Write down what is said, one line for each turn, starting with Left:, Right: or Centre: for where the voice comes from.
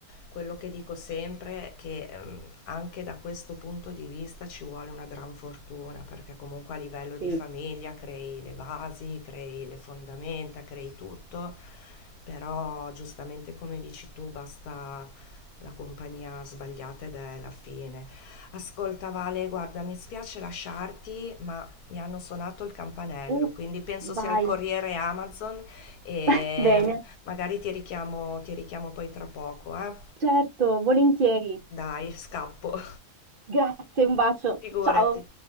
Left: quello che dico sempre è che ehm, anche da questo punto di vista ci vuole una gran fortuna, perché comunque a livello di
Right: Sì.
Left: famiglia crei le basi, crei le fondamenta, crei tutto, però giustamente come dici tu, basta la compagnia sbagliata ed è la fine. Ascolta Vale, guarda, mi spiace lasciarti, ma mi hanno suonato il campanello,
Right: Uh,
Left: quindi penso
Right: vai.
Left: sia il corriere Amazon e
Right: <laughs> Bene,
Left: magari ti richiamo, ti richiamo poi tra poco, eh?
Right: certo, volentieri.
Left: Dai, scappo,
Right: Grazie, un bacio.
Left: <laughs> figurati.
Right: Ciao.